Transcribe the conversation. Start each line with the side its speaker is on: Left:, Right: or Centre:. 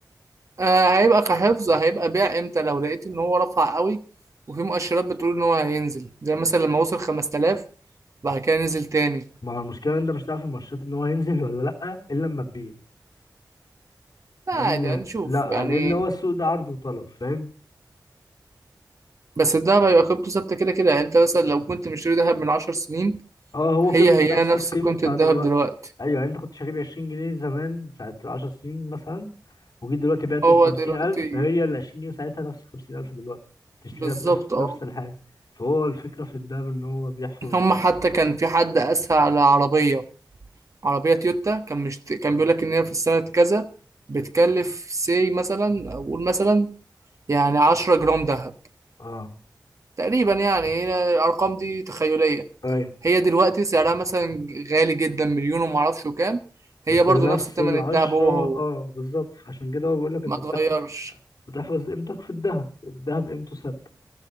Right: آه، هيبقى كحفظ هيبقى بيع امتى لو لقيت ان هو رفع قوي وفي مؤشرات بتقول ان هو هينزل زي مثلا لما وصل 5000 بعد كده نزل تاني
Left: ما هو المشكله ان انت مش هتعرف المؤشرات ان هو هينزل ولا لا الا لما تبيع
Right: لا
Left: لان
Right: عادي هنشوف
Left: لا
Right: يعني
Left: لان هو السوق ده عرض وطلب فاهم
Right: بس الدهب هيبقى قيمته ثابتة كده كده يعني انت مثلا لو كنت مشتري دهب من عشر سنين
Left: اه هو
Right: هي
Left: قيمة
Right: هي
Left: نفس
Right: نفس
Left: القيمة
Right: قيمة
Left: بتاع
Right: الدهب
Left: دلوقتي
Right: دلوقتي
Left: ايوه يعني انت كنت شاريه ب 20 جنيه زمان ساعة 10 سنين مثلا وجيت دلوقتي بعته
Right: هو
Left: ب 50000
Right: دلوقتي
Left: هي ال 20 جنيه ساعتها نفس 50000 دلوقتي تشتري
Right: بالظبط
Left: لك نفس
Right: اه
Left: نفس الحاجة فهو الفكرة في الدهب ان هو بيحفظ
Right: هم حتى كان في حد قاسها على عربية عربية تويوتا كان مشت... كان بيقول لك ان هي في السنة كذا بتكلف سي مثلا اقول مثلا يعني 10 جرام دهب
Left: اه
Right: تقريبا يعني هي الارقام دي تخيلية
Left: ايوه
Right: هي دلوقتي سعرها مثلا غالي جدا مليون وما اعرفش كام هي
Left: بس
Right: برضو
Left: نفس
Right: نفس ثمن
Left: العشرة
Right: الدهب هو هو
Left: اه بالظبط عشان كده هو بيقول لك انت
Right: ما اتغيرش
Left: بتحفظ بتحفظ قيمتك في الذهب الذهب قيمته ثابتة